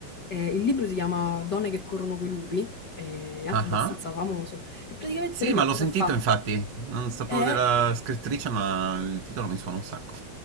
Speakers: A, on the left (about 75°); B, on the right (about 45°).
A: eh, il libro si chiama Donne che corrono coi lupi, è anche
B: ah
A: abbastanza
B: ah.
A: famoso. E praticamente
B: Sì,
A: lei
B: ma
A: che
B: l'ho
A: cosa
B: sentito
A: ha fatto?
B: infatti, non sapevo
A: È
B: della scrittrice, ma il titolo mi suona un sacco.